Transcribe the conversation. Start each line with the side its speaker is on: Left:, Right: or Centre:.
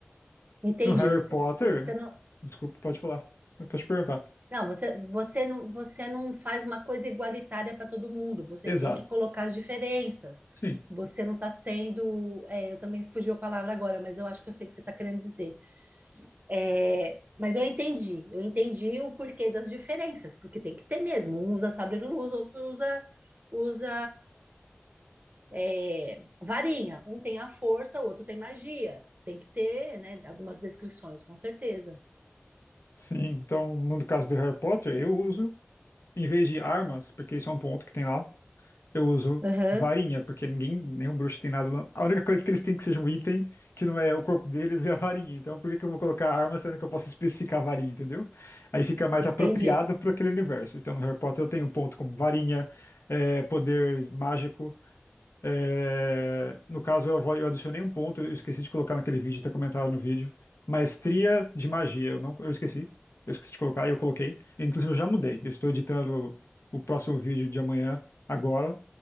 Right: Entendi.
Left: No Harry
Right: Você
Left: Potter,
Right: não.
Left: desculpa, pode falar, pode perguntar.
Right: Não, você, você não, você não faz uma coisa igualitária para todo mundo. Você
Left: Exato.
Right: tem que colocar as diferenças.
Left: Sim.
Right: Você não está sendo. é, eu também fugiu a palavra agora, mas eu acho que eu sei o que você está querendo dizer. É, mas eu entendi. Eu entendi o porquê das diferenças, porque tem que ter mesmo. Um usa sabre-luz, outro usa, usa é, varinha. Um tem a força, o outro tem magia. Tem que ter, né, algumas descrições, com certeza.
Left: Sim, então no caso do Harry Potter, eu uso, em vez de armas, porque isso é um ponto que tem lá, Eu uso
Right: Aham,
Left: varinha, porque ninguém, nenhum bruxo tem nada. não. A única coisa que eles têm que seja um item, que não é o corpo deles, é a varinha. Então, por que que eu vou colocar arma sendo que eu posso especificar a varinha, entendeu? Aí fica mais
Right: entendi.
Left: apropriado para aquele universo. Então, no Harry Potter, eu tenho um ponto como varinha, é, poder mágico. é, No caso, eu, vou- eu adicionei um ponto, eu esqueci de colocar naquele vídeo, ter comentado no vídeo. Maestria de magia, eu não, eu esqueci. Eu esqueci de colocar e eu coloquei. Inclusive, eu já mudei. Eu estou editando o próximo vídeo de amanhã agora.